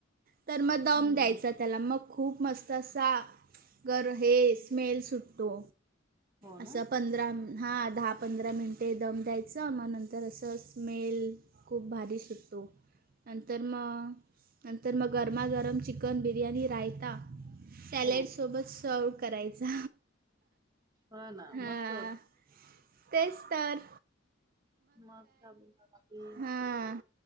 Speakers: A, on the right (about 50°); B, on the right (about 20°).
A: तर म
B: हम्म
A: दम द्यायचां. त्याला मग खूप मस्त असा गर हे स्मेल सुटतो.
B: हो
A: असं
B: ना
A: पंधरा हा दहा पंधरा मिनंटे दम द्यायचं मग नंतर असं स्मेल खूप भारी शिजतो नंतर म नंतर मग गरमा, गरम, चिकन बिर्याणी रायता सॅलेड
B: हो
A: सोबत र्सव करायचा
B: हो ना
A: हा.
B: मस्त होत
A: तेच तर.
B: मग बोल
A: हां